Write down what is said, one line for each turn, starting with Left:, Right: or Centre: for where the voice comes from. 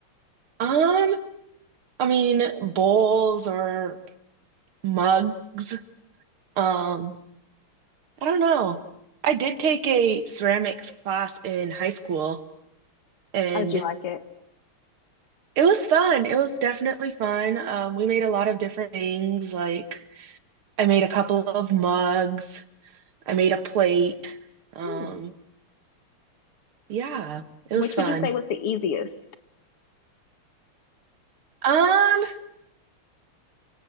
Right: Um, I mean, bowls or mugs. Um, I don't know. I did take a ceramics class in high school and
Left: How did you like it?
Right: it was fun. It was definitely fun. Um, we made a lot of different things like I made a couple of mugs. I made a plate. Um,
Left: Hmm.
Right: yeah, it
Left: Which
Right: was fun.
Left: would you say was the easiest?
Right: Um,